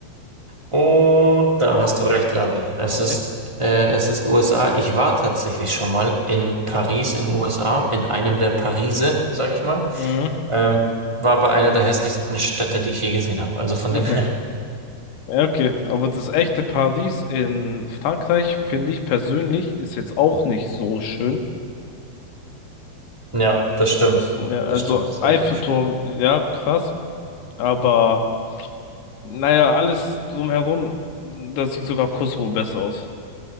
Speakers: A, on the right; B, on the left.
A: Und da hast du recht, Labi. Es ist,
B: Echt?
A: äh, es ist USA. Ich war tatsächlich schon mal in Paris in USA, in einem der Parise, sag ich mal.
B: Mhm.
A: Ähm, war aber einer der hässlichsten Städte, die ich je gesehen habe. Also von
B: Mhm.
A: dem <laughs>
B: Ja, Okay, aber das echte Paris in Frankreich, finde ich persönlich, ist jetzt auch nicht so schön.
A: Ja, das stimmt.
B: Ja, also
A: Das stimmt, das ist
B: Eiffelturm,
A: echt nicht schön.
B: ja, krass, aber naja, alles drumherum, das sieht sogar Kosovo besser aus.